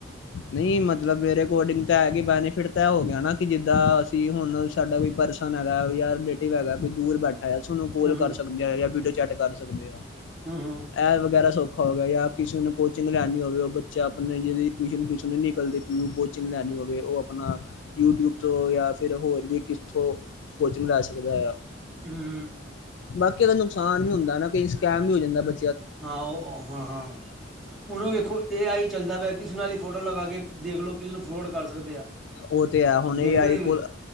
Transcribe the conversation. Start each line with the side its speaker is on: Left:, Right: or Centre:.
Left: ਨਹੀਂ, ਮਤਲਬ ਮੇਰੇ ਅਕੋਡਿੰਗ ਤਾਂ ਐ ਕੀ ਬੈਨੀਫਿਟ ਤਾਂ ਇਹ ਹੋ ਗਿਆ ਨਾ ਕਿ ਜਿੱਦਾਂ ਅਸੀਂ ਹੁਣ ਸਾਡਾ ਕੋਈ ਪਰਸਨ ਹੈਗਾ ਜਾਂ ਰਿਲੇਟਿਵ ਹੈਗਾ ਕੋਈ ਦੂਰ ਬੈਠੇ। <unintelligible> ਕੋਲ
Centre: ਹਮ ਹਮ
Left: ਕਰ ਸਕਦੇ ਆ ਜਾਂ ਵੀਡੀਓ ਚੈਟ ਕਰ ਸਕਦੇ ਆ।
Centre: ਹੂੰ, ਹੂੰ
Left: ਇਹ ਵਗੈਰਾ ਸੌਖਾ ਹੋ ਗਿਆ ਜਾਂ ਕਿਸੇ ਨੂੰ ਕੋਚਿੰਗ ਲੈਣੀ ਹੋਵੇ ਉਹ ਬੱਚੇ ਆਪਣੇ ਜਿਹਦੀ ਟਿਊਸ਼ਨ ਫੀਸ ਨਿਕਲਦੀ। ਕੋਚਿੰਗ ਲੈਣੀ ਹੋਵੇ ਉਹ ਆਪ ਣਾ ਯੂਟਿਊਬ ਤੋਂ ਜਾਂ ਫਿਰ ਹੋਰ ਵੀ ਕਿਥੋਂ ਕੋਚਿੰਗ ਲੈ ਸਕਦਾ ਆ।
Centre: ਹੂੰ, ਹੂੰ
Left: ਬਾਕੀ ਇਹਦਾ ਨੁਕਸਾਨ ਵੀ ਹੁੰਦਾ ਨਾ ਕਈ ਸਕੈਮ ਵੀ ਹੋ ਜਾਂਦਾ ਬ,
Centre: ਹਾਂ, ਓ ਹਾਂ ਹਾਂ, ਹੁਣ ਵੇਖੋ ਏ ਆਈ ਚੱਲਦਾ ਪਿਆ ਕਿਸੇ ਨਾਲ ਹੀ। ਫੋਟੋ ਲਗਾ ਕੇ ਦੇਖਲੋ ਕਿਸਨੂੰ ਫਰੋਡ ਕਰ ਸਕਦੇ ਆ।
Left: ਉਹ ਤੇ ਹੈ ਹੁਣ
Centre: ਦੇਖਦੇ
Left: ਏ ਆਈ
Centre: ਨੀ ਵੇ
Left: ਕੋਲ।